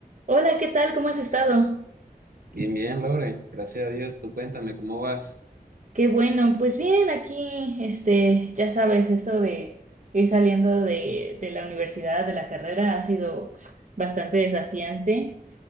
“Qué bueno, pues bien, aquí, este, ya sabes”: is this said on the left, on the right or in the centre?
Right